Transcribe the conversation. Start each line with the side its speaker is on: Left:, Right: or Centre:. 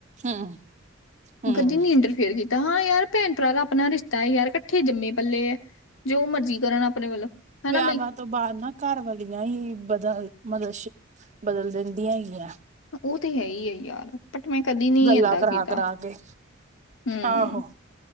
Right: ਹਮ ਹਮ
Left: ਗਦੀ ਨੀ ਇੰਟਰਫੇਅਰ ਕੀਤਾ। ਤਾਂ ਹਾਂ ਯਾਰ ਭੈਣ ਭਰਾ ਦਾ ਆਪਣਾ ਰਿਸ਼ਤਾ ਹੈ ਯਾਰ ਇਕੱਠੇ ਜੰਮੇ ਪੱਲੇ ਹੈ ਜੋ ਮਰਜ਼ੀ ਕਰਨ ਆਪਣੇ ਵੱਲੋਂ ਹਨਾ
Right: ਵਿਆਹਾਂ
Left: ਬਈ
Right: ਤੋਂ ਬਾਅਦ ਨਾ ਘਰ ਵਾਲੀਆਂ ਹੀ ਬਦਲ ਮਲ ਬਦਲ ਦਿੰਦੀਆਂ ਹੈਗੀਆਂ।
Left: ਉਹ ਤੇ ਹੈ ਹੀ ਹੈ ਯਾਰ ਬਟ ਮੈਂ ਕਦੀ ਨਹੀਂ
Right: ਗੱਲਾਂ
Left: ਏਦਾਂ
Right: ਕਰਾ
Left: ਕੀਤਾ
Right: ਕਰਾ ਕੇ
Left: ਹੂੰ,
Right: ਆਹੋ